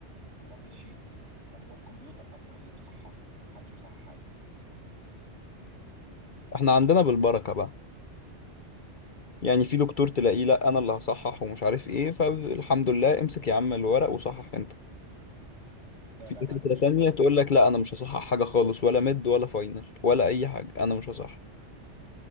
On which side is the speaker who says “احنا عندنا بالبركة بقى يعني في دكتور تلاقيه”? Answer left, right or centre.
Left